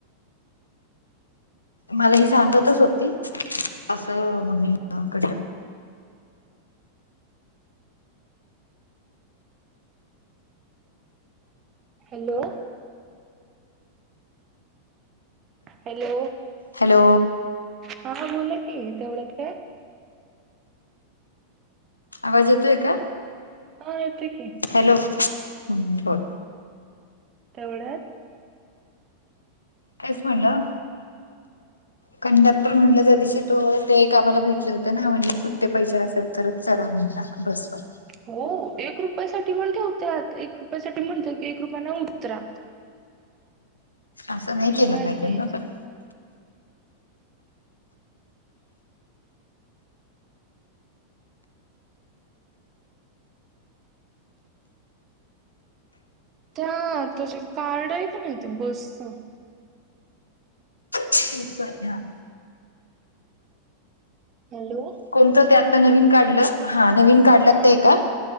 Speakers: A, on the left; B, on the right.
A: मला ही सांगतच होती असं मम्मी काय तर
B: हॅलो हॅलो
A: हॅलो
B: हा बोला कि तेवढत काय
A: आवाज येतोय का
B: हो येतो की
A: हॅलो हम् बर
B: तेवढ्यात
A: तेच म्हणलं कंडक्टर म्हणलं त्या दिवशीशी तू ते कामला भेटले होते ना म्हणले सुट्टे पैसे असेल तरच चढा म्हणला बस मध्ये
B: हो एक रुपयासाठी पण ठेवत्यात एक रुपयासाठी म्हणतेत की एक रुपया ना उतरा
A: असं नाही केलं
B: लय अडगी
A: पाहिजेल
B: आहेत
A: ना पण
B: आत्या तुझं कार्ड आहे का नाही ते बसच
A: पण सॉरी हा
B: हॅलो
A: कोणतं ते आता नवीन काढलं हा नवीन काढलं
B: हा
A: ते का?